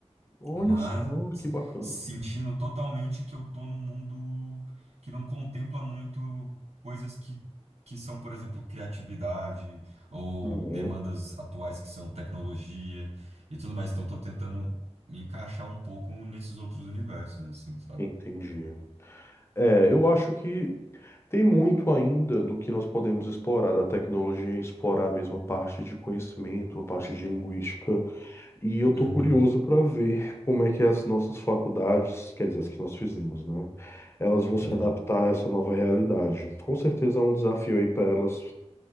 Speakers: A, on the left; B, on the right.
A: olha
B: mas
A: só, que bacana.
B: sentindo totalmente que eu tô num mundo que não contempla muito coisas que, que são, por exemplo, criatividade ou
A: Uhum.
B: demandas atuais que são tecnologia e tudo mais. Então, tô tentando me encaixar um pouco nesses outros universos, assim, sabe?
A: Entendi. É, eu acho que tem muito ainda do que nós podemos explorar da tecnologia, explorar mesmo a parte de conhecimento, a parte de linguística. E eu tô
B: Uhum,
A: curioso para ver como é que as nossas faculdades, quer dizer, as que nós fizemos, né? Elas vão se
B: uhum,
A: adaptar a essa nova realidade. Com certeza é um desafio aí para elas